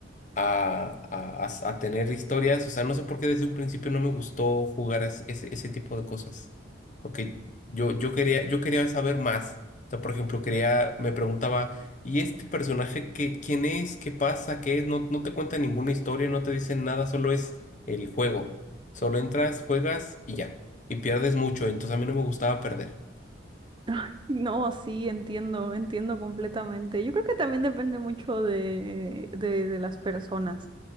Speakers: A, on the left; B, on the right.
A: a, a- a- a tener historias. O sea, no sé por qué desde un principio no me gustó jugar es- ese, ese tipo de cosas. Porque yo, yo quería, yo quería saber más. O sea, por ejemplo, quería, me preguntaba, ¿y este personaje qué, quién es? ¿Qué pasa? ¿Qué es? No, no te cuenta ninguna historia, no te dicen nada, solo es el juego. Solo entras, juegas y ya. Y pierdes mucho, entonces a mí no me gustaba perder.
B: ay, no, sí, entiendo, entiendo completamente. Yo creo que también depende mucho de, de, de las personas.